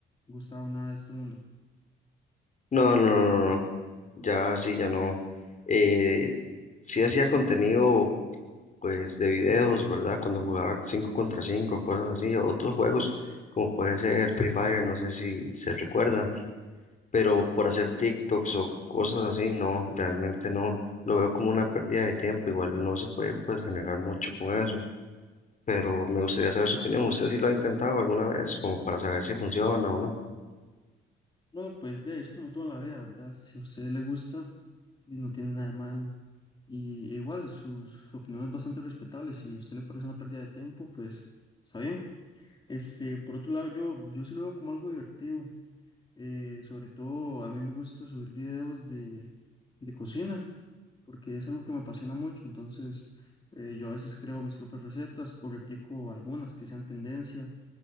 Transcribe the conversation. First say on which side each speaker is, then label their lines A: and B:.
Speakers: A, on the left; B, on the left.
A: gustado nada de este mundo?
B: No, no, no, no. no. Ya sí, ya no. Eh, sí hacía contenido pues de videos, ¿verdad? Cuando jugaba 5 contra 5, cosas así, o otros juegos como puede ser Free Fire, no sé si se recuerda, pero por hacer TikToks o cosas así, no, realmente no, lo veo como una pérdida de tiempo, igual no se puede pues generar mucho con eso, pero me gustaría saber su opinión, ¿usted sí lo ha intentado alguna vez como para saber si funciona o no?
A: Bueno, pues de ahí es como toda la vida, ¿verdad? Si a usted le gusta, y no tiene nada de malo. Y e igual, sus opiniones bastante respetables. Si a usted le parece una pérdida de tiempo, pues está bien. Este, por otro lado, yo, yo sí lo veo como algo divertido. eh, sobre todo, a mí me gusta subir videos de, de cocina, porque es algo que me apasiona mucho. Entonces, eh, yo a veces creo mis propias recetas o replico algunas que sean tendencia